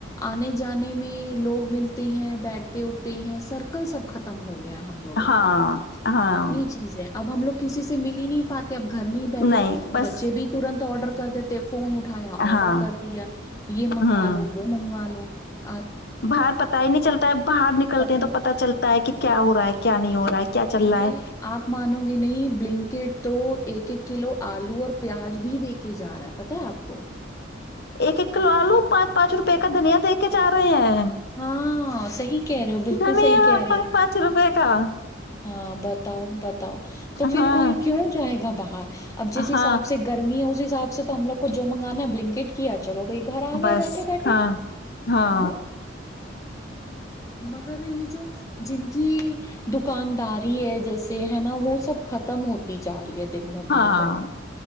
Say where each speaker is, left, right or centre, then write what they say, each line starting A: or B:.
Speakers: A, on the left; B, on the left.
A: آنے جانے میں لوگ ملتے ہیں بیٹھتے اٹھتے ہیں سرکل سب ختم ہو گ گیا ہم لوگوں
B: ہاں
A: کا
B: ہاں
A: یہ چیز ہے اب ہم لوگ کسی سے مل ہی نہیں پاتے اب گھر میں ہی بیٹھے
B: نہیں بس
A: بچے بھی ترنت آرڈر کر کر دیتے فون اٹھایا
B: ہاں
A: آڈر کر دیا یہ منگوا
B: ہاں
A: لو وہ منگوا لو ہ <inaudible>
B: باہر پتا ہی نہیں چلتا ہے باہر نکلتے
A: پتہ
B: ہیں
A: ہی
B: تو پتا چلتا ہے کہ کیا ہو رہا ہے کیا نہیں ہو رہا ہے کیا چل
A: ارے
B: رہا ہے
A: آپ مانو گے نہیں بلنک تو ایک ایک کلو آلو اور پیاز بھی دے کے جا رہا ہے پت ہے آپ کو
B: ایک ایک کلو آلو پانچ پانچ روپئے کا دنیا دے کے جا رہے ہیں
A: ہاں صحیح کہہ رہے ہو بالکل
B: دنیا
A: صحیح کہہ رہی ہو
B: پانچ روپئے کا
A: ہاں بتاؤ بتاؤ تو پھر
B: ہاں
A: کوئی کیوں جائے گا باہ اب جس حساب
B: ہاں
A: سے گرمی ہے اس ح اب سے تو ہم لوگ کو جو مگانا ہے بلنکٹ کیا چلو بائی گھر آ گیا
B: بس
A: بیٹھے بیٹھے
B: ہاں
A: ہے
B: ہاں
A: نا مگر یہ جو جن کی د دکانداری ہے جیسے ہے نا وہ سب ختم ہوتی جا رہی ہے دن بھر
B: ہاں
A: دن تو